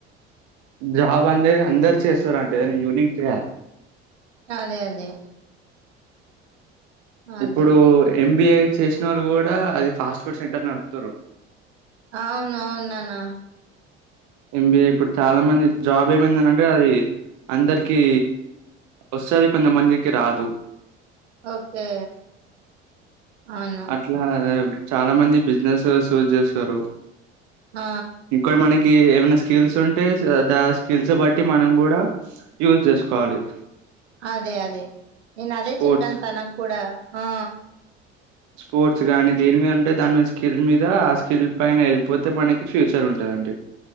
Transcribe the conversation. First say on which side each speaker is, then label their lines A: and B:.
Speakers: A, on the right (about 60°); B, on the right (about 80°).
A: జాబ్ అనేది అందరు చేస్తారంటే యూనిక్ చేయాలి.
B: అదే అదే అదే
A: ఇప్పుడు ఎంబిఐ చేసిన వాళ్ళు కూడా అది ఫాస్ట్ ఫుడ్ సెంటర్ నడుపుతరు.
B: అవును అవును నాన్న
A: ఎంబిఏ ఇప్పుడు చాలా మంది జాబ్ ఏమైందింటే, అది అందరికి వస్తది కొంతమందికి రాదు.
B: ఓకే అవును.
A: అట్లా చాలా మంది బిజినెస్ చూజ్ చేస్తారు.
B: ఆ
A: ఇంకోటి మనకి ఏమైనా స్కిల్స్ ఉంటే దా స్కిల్స్ బట్టి మనం కూడా యూజ్ చేసుకోవాలి.
B: అదే అదే నేను అదే
A: స్పోర్ట్స్
B: చెప్పాను తనకు కూడా ఆ
A: స్పోర్ట్స్ గానీ దేని మీద ఉంటే దాని మీద, స్కిల్ మీద ఆ స్కిల్ పైన ఎల్పోతే మనకి ఫ్యూచర్ ఉంటదండి.